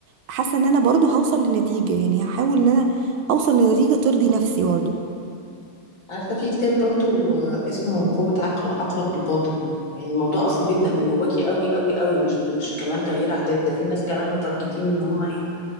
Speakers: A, on the right; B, on the left.
A: حاسة ان انا برضو هوصل لنتيجة يعني هحاول ان انا اوصل لنتيجة ترضي نفسي برضو
B: عارفة في كتاب برضو آه، اسمه قوة عقل عقلك الباطن يعني الموضوع أصلا بيبدأ من جواكي قوي قوي قوي مش مش كمان تغيير عادات ده في ناس كمان متارجتين إن هم إيه